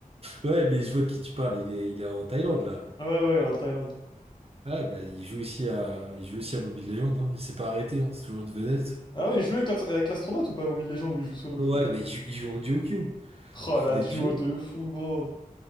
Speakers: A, on the right; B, on the left.
A: ouais, mais je vois de qui tu parles. Il est, il est en Thaïlande là.
B: Ah ouais, ouais, il est en Thaïlande.
A: Ouais, bah, il joue aussi à, il joue aussi à Mobile Legends, hein. Il s'est pas arrêté, hein. C'est toujours une vedette.
B: Ah ouais, il jouait avec l'ast- avec l'astronaute ou pas à Mobile Legends où il joue solo,
A: Ouais,
B: genre?
A: mais il joue, il joue en duo queue.
B: Oh,
A: Ils font
B: la
A: des
B: duo
A: duos.
B: de fou, gros!